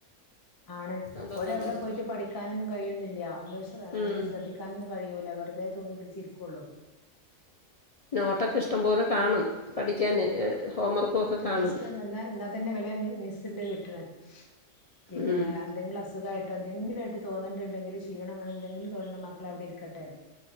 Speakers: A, on the left (about 20°); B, on the left (about 60°).
A: ആണ്
B: അതാ
A: ഓര്
B: നല്ലത്
A: അവിടെ പോയിട്ട് പഠിക്കാനൊന്നും കഴിയുന്നില്ല ഒന്ന്. ത്ര
B: ഉം
A: ശ്രദ്ധിക്കാനൊന്നും കഴിയൂല, വെറുതെ തൂങ്ങി പിടിച്ചിരിക്കൊള്ളൂ.
B: നോട്ട് ഒക്കെ ഇഷ്ടം പോലെ കാണും പഠിക്കാന് ഏഹ് ഹോംവർക്ക്
A: ഉം
B: ഒക്കെ കാണും.
A: ടീച്ചർ എന്നാ എന്നാ പിന്നെ വല്ല്യ മിസ്സുണ്ട് വിട്ടാണ്, പിന്നെ
B: ഉം
A: എന്തെങ്കിലും അസു അസുഖായിട്ടോ എന്തെങ്കിലും ആയിട്ട് തോന്നുന്നുണ്ടെങ്കില് ക്ഷീണോ അങ്ങനെന്തെങ്കിലും തോന്നുണ്ടോ മക്കളെ അവിടെ ഇരിക്കട്ടെ.